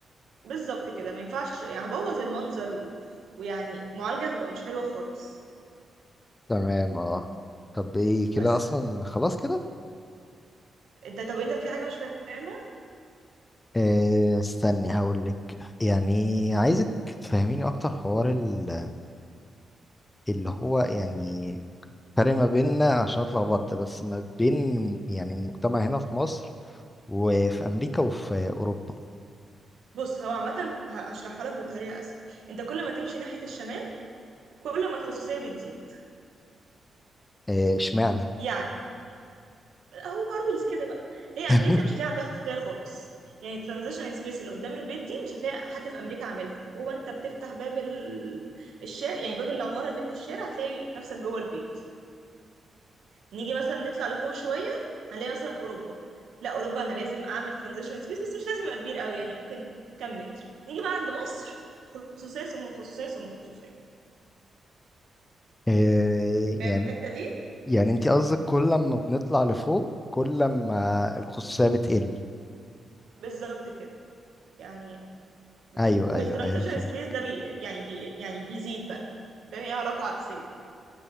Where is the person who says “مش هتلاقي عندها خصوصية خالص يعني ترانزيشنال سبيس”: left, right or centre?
Right